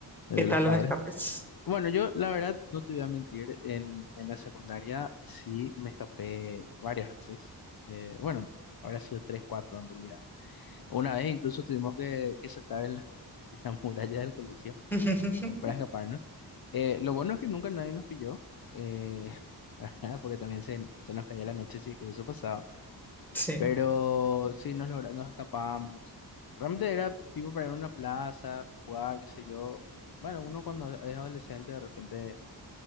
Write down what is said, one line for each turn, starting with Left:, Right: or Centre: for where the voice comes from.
Left: El
Centre: qué
Left: de
Centre: tal
Left: los padres
Centre: los escapes?
Left: Bueno, yo la verdad no te voy a mentir, en, en la secundaria sí me escapé varias veces. Eh, bueno, habrá sido tres, cuatro en realidad. Una vez incluso tuvimos que, que saltar en la, <laughs> en la muralla del colegio
Centre: <laughs>
Left: para escaparnos. Eh, lo bueno es que nunca nadie nos pilló, eh, <laughs> ¿verdad? Porque también se, se nos caía la noche, sí que eso pasaba.
Centre: Sí,
Left: Pero sí nos, logra- nos escapábamos. Realmente era tipo para ir a una plaza, jugar, qué sé yo. Bueno, uno cuando es adolescente de repente